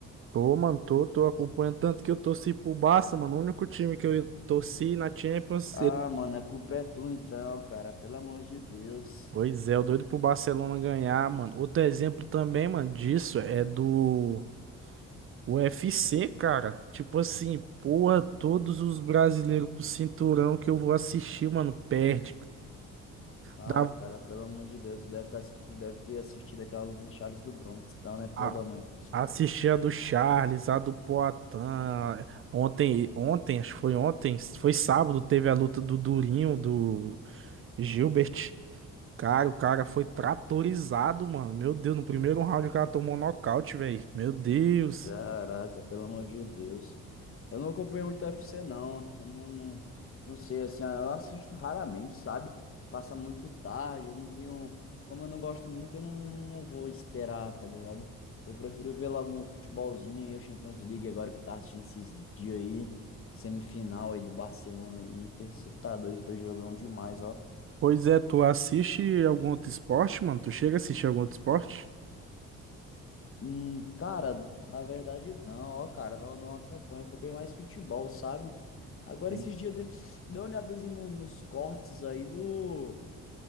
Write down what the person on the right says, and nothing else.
Tô, mano, tô, tô acompanhando tanto que eu torci pro Barça, mano. O único time que eu torci na Champions.
Ele...
Pois é, o doido pro Barcelona ganhar, mano. Outro exemplo também, mano, disso é do UFC, cara. Tipo assim, porra, todos os brasileiros com cinturão que eu vou assistir, mano, perde.
Dá...
A...
Assisti a do Charles, a do Poatan. Ontem, ontem, acho que foi ontem, foi sábado, teve a luta do Durinho, do Gilbert. Cara, o cara foi tratorizado, mano. Meu Deus, no primeiro round o cara tomou nocaute, velho. Meu Deus.
Pois é, tu assiste algum outro esporte, mano? Tu chega a assistir algum outro esporte?
Sim.